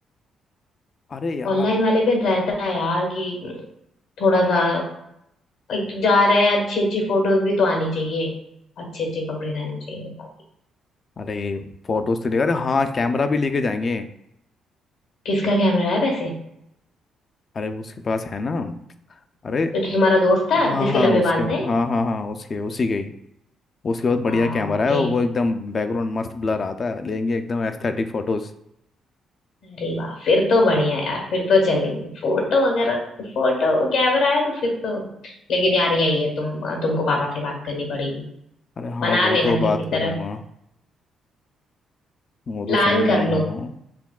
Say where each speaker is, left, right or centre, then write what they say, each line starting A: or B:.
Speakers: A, on the left; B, on the left.
A: अरे यार
B: ऑनलाइन वाले पे रहता है यार कि थोड़ा सा एक तो जा रहे हैं अच्छी अच्छी फोटोज भी तो आनी चाहिए अच्छे अच्छे कपड़े रहने चाहिए बाकी
A: अरे फोटोज तो ले अरे हाँ कैमरा भी लेके जाएंगे
B: किसका कैमरा है वैसे
A: अरे उसके पास है ना अरे
B: तो जो तुम्हारा दोस्त था
A: हाँ
B: जिसके
A: हाँ
B: लंबे
A: उसके
B: बाल
A: हाँ
B: थे
A: हाँ हाँ उसके उसी के ही उसके बाद बढ़िया
B: हाँ
A: कैमरा है
B: ये
A: वो एकदम बैकग्राउंड मस्त ब्लर आता है लेंगे एकदम एस्थेटिक फोटोज
B: अरे वाह फिर तो बढ़िया यार फिर तो चलेंगे फोटो अगर फोटो कैमरा है तो फिर तो लेकिन यार यही है तुम तुमको पापा से बात करनी पड़ेगी
A: अरे हाँ
B: मना
A: वो
B: लेना
A: तो
B: किसी
A: बात करूंगा
B: तरह
A: वो
B: प्लान
A: तो समझाऊंगा
B: कर लो
A: उनको।